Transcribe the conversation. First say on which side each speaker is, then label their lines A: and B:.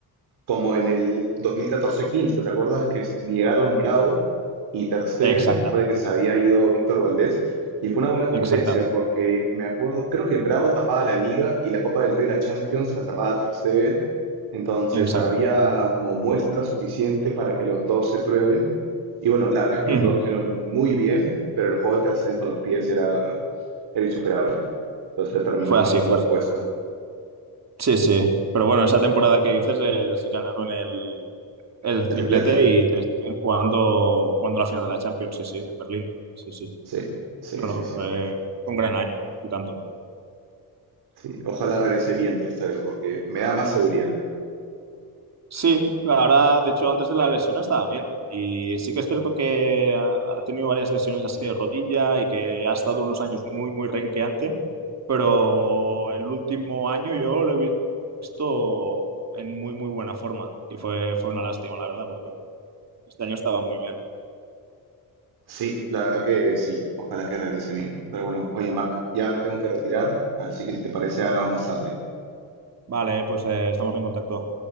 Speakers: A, on the right; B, on the right.
A: como en el 2014-15, ¿te acuerdas que est- llegaron Bravo y Ter Stegen
B: Exactamente,
A: después de que se había ido Víctor Valdés? Y fue una buena competencia
B: exactamente,
A: porque me acuerdo, creo que Bravo tapaba la Liga y la Copa del Rey, la Champions, la tapaba Ter Stegen. Entonces
B: exacto.
A: había
B: <laughs>
A: como muestra suficiente para que los dos se prueben. Y bueno, la verdad es que
B: Ujú.
A: los dos lo hicieron muy bien, pero el juego de Ter Stegen con los pies era, era insuperable. Entonces terminó
B: Fue así,
A: ganando
B: fue así.
A: el puesto.
B: Sí, sí. Pero bueno, esa temporada que dices eh, se ganaron el, el
A: El
B: triplete
A: triplete.
B: y Ter Stegen jugando, jugando la final de la Champions, sí, sí, en Berlín. Sí, sí.
A: Sí, sí,
B: No,
A: sí,
B: no,
A: sí.
B: fue un gran año y tanto.
A: Sí, ojalá regrese bien Ter Stegen, porque me da más seguridad.
B: Sí, ahora, de hecho, antes de la lesión estaba bien. Y sí que es cierto que ha ha tenido varias lesiones así de rodilla y que ha estado unos años muy, muy renqueante. Pero el último año yo lo he visto en muy, muy buena forma. Y fue, fue una lástima, la verdad, porque este año estaba muy bien.
A: Sí, la verdad que sí, ojalá que regrese bien. Pero bueno, oye, Marc, ya me tengo que retirar, así que si te parece, hablamos más tarde.
B: Vale, pues eh, estamos en contacto.